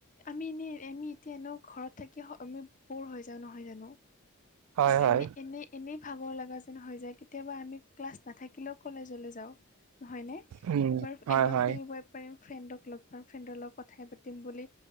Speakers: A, on the left; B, on the right.
A: আমি এনেই আমি এতিয়া এনেও ঘৰত থাকি আমি বৰ হৈ যাওঁ নহয় জানো
B: হয়
A: হ
B: হয়
A: এনে এনেই এনেই ভাগৰ লগা যেন হৈ যায় কেতিয়াবা আমি ক্লাছ নাথাকিলেও কলেজলৈ যাওঁ। নহয়নে?
B: উম
A: এবাৰ
B: হয়
A: এবাৰ
B: হয়
A: ফুৰিবই পাৰিম ফ্ৰেণ্ডক লগ পাম ফ্ৰেণ্ডৰ লগত কথাই পাতিম বুলি